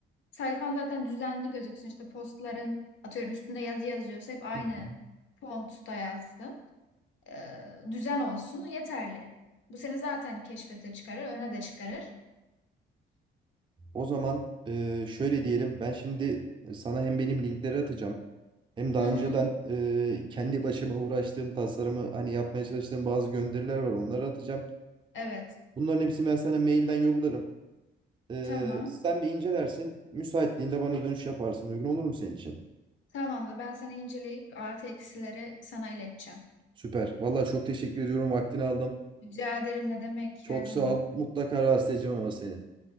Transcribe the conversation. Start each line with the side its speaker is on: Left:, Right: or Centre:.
Left: Sayfan zaten düzenli gözüksün. İşte postların atıyorum üstünde yazı yazıyorsa hep aynı
Right: Hı hı.
Left: fontta yazsın. Ee, düzen olsun yeterli. Bu seni zaten keşfete çıkarır, öne de çıkarır.
Right: O zaman eee, şöyle diyelim. Ben şimdi sana hem benim linkleri atacağım. Hem daha
Left: Hı hı.
Right: önceden e, kendi başıma uğraştığım tasarımı hani yapmaya çalıştığım bazı gönderiler var. Onları atacağım.
Left: Evet.
Right: Bunların hepsini ben sana mailden yollarım. E,
Left: Tamam.
Right: sen bir incelersin. Müsaitliğinde bana dönüş yaparsın. Uygun olur mu senin için?
Left: Tamamdır. Ben sana inceleyip artı eksileri sana ileteceğim.
Right: Süper. Vallahi çok teşekkür ediyorum. Vaktini aldım.
Left: Rica ederim ne demek
Right: Çok
Left: her zaman.
Right: sağ ol. Mutlaka rahatsız edeceğim ama seni.